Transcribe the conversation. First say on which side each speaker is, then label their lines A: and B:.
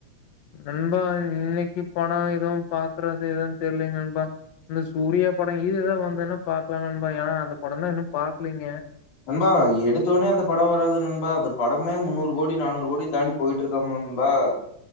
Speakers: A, on the left; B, on the left.
A: நண்பா இன்னைக்கு படோ எதுவும் பாக்குறது எதுவு தெரியலங்க நண்பா இந்த சூர்யா படோ இதெது வந்துனா பாக்கலாம்ங்க நண்பா ஏன்னா அந்த படம் தா இன்னு பாக்கலீங்க
B: நண்பா எடுத்தோடனே அந்த படம் வராது நண்பா அந்த படமே முன்னூறு கோடி நானூறு கோடி தாண்டி போயிட்டு இருக்கலாமெ நண்பா